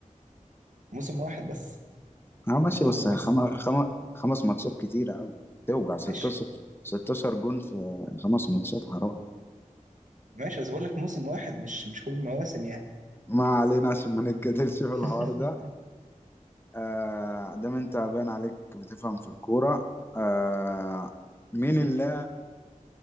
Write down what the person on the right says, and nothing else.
موسم واحد بس
مش كل
المواسم
ماشي
ماشي بس بقول لك موسم واحد مش مش كل المواسم يعني
<laughs>